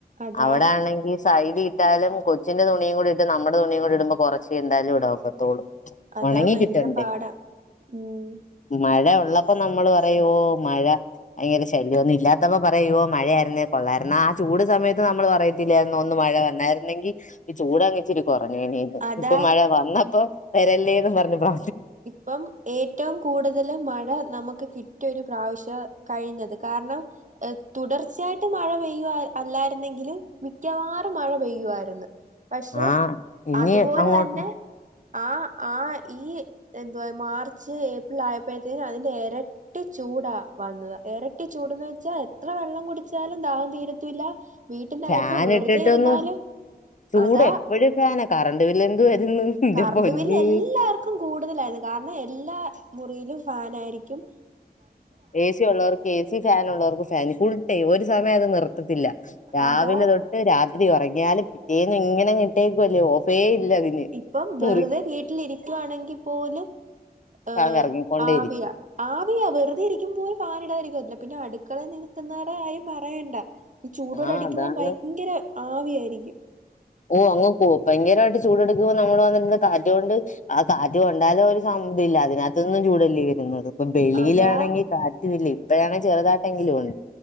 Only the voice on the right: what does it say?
അതാ
അതാ
ഭയങ്കര പാടാ ഉം
അതാ
ഇപ്പം ഏറ്റവും കൂടുതല് മഴ നമുക്ക് കിട്ടിയരു ഇ പ്രാവശ്യം കഴിഞ്ഞത് കാരണം തുടർച്ചയായിട്ട് മഴ പെയ്യു അല്ലായിരുന്നെങ്കിലും മിക്കവാറും മഴ പെയ്യുആയിരുന്നു പക്ഷെ
അതുപോലെ
തന്നെ ആ ആ ഈ എന്തുവാ മാർച്ച് ഏപ്രിൽ ആയപ്പോഴത്തേക്കും അതിന്റെ ഇരട്ടി ചൂടാ വന്നത് ഇരട്ടി ചൂട് ചൂടന്ന് വെച്ചാ എത്ര വെള്ളം കുടിചാലും ദാഹം തീരത്തൂല്ല വീട്ടിനകത്ത്
വെറുതെ
ഇരുന്നാലും
അതാ
കറണ്ട്
ബില്ല് എല്ലാർക്കും <unintelligible> കാരണം എല്ലാം മുറിയിലും ഫാൻ ആയിരിക്കും
അതാ
ഇപ്പം വെറുതെ
വീട്ടിലിരിക്കുയാണെങ്കിൽ പോലും ആ
ആവിയ
ആവിയ വെറുതെ ഇരിക്കുമ പോലും ഫാന് <unintelligible> പിന്നെ അടുക്കള നിൽക്കുന്നവരുടെ കാര്യം പറയണ്ട ചൂടോടെ
അടിക്കുമ്പോൾ
ഭയങ്കര ആവിയായിരിക്കും
അതാ